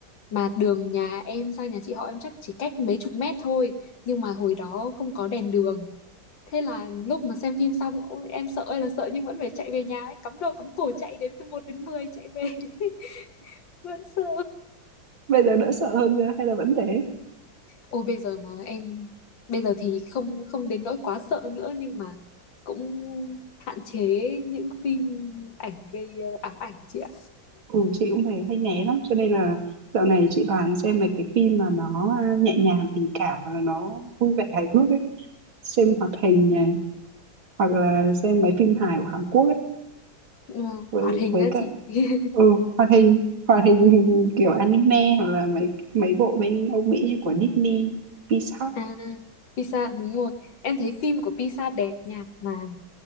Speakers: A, on the left (about 70°); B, on the right (about 80°).
A: Mà đường nhà em sang nhà chị họ em chắc chỉ cách mấy chục mét thôi Nhưng mà hồi đó không có đèn đường Thế là lúc mà xem phim xong ôi, Em sợ ơi là sợ nhưng vẫn phải chạy về nhà ấy. Cắm đầu cắm cổ chạy đến từ một đến 10 chạy về <laughs> Vẫn sợ
B: bây giờ đỡ sợ hơn chưa hay là vẫn thế
A: Ôi bây giờ mà em bây giờ thì không không đến nỗi quá sợ nữa nhưng mà cũng hạn chế những phim ảnh gây ờ, ám ảnh chị ạ.
B: ừ chị cũng thấy hay né lắm cho nên là dạo này chị toàn xem mấy cái phim mà nó à, nhẹ nhàng tình cảm và là nó vui vẻ hài hước ấy xem
A: Ừ.
B: hoạt hình này hoặc là xem mấy phim hài của Hàn Quốc ấy
A: Ờ,
B: với
A: hoạt hình
B: với
A: á
B: cả
A: chị. <laughs>
B: ừ hoạt hình hoạt hình hình kiểu anime hoặc là mấy mấy bộ bên Âu Mỹ như của Disney Pixar
A: À Pisa đúng rồi. Em thấy phim của Pisa đẹp nha mà